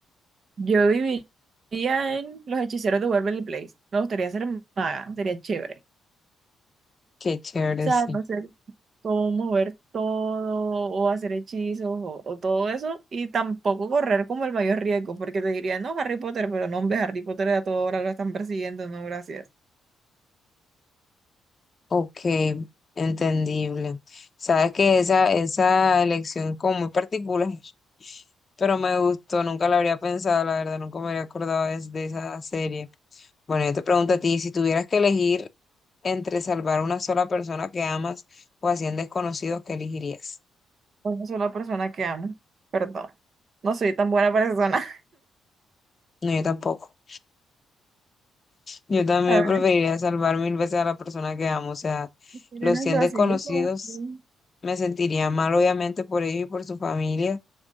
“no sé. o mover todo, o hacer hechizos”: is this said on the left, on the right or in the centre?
Right